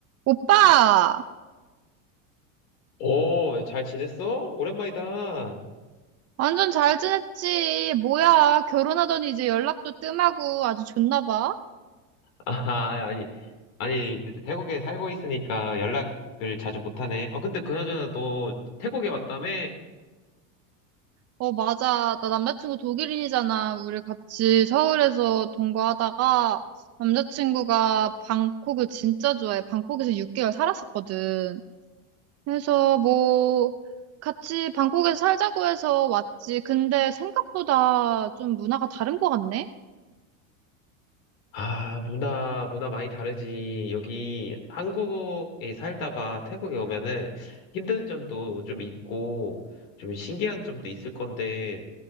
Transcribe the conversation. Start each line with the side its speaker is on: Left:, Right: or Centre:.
Right: 오빠,
Left: 오, 잘 지냈어? 오랜만이다.
Right: 완전 잘 지냈지? 뭐야, 결혼하더니 이제 연락도 뜸하고 아주 좋나 봐?
Left: 아, 아니, 아니, 태국에 살고 있으니까 연락을 자주 못하네. 아, 근데 그나저나 너 태국에 왔다며?
Right: 어, 맞아. 나 남자친구 독일인이잖아. 우리 같이 서울에서 동거하다가 남자친구가 방콕을 진짜 좋아해. 방콕에서 6개월 살았었거든. 그래서 뭐, 같이 방콕에서 살자고 해서 왔지. 근데 생각보다 좀 문화가 다른 것 같네?
Left: 아, 문화, 문화 많이 다르지. 여기 한국에 살다가 태국에 오면은 힘든 점도 좀 있고, 좀 신기한 점도 있을 건데,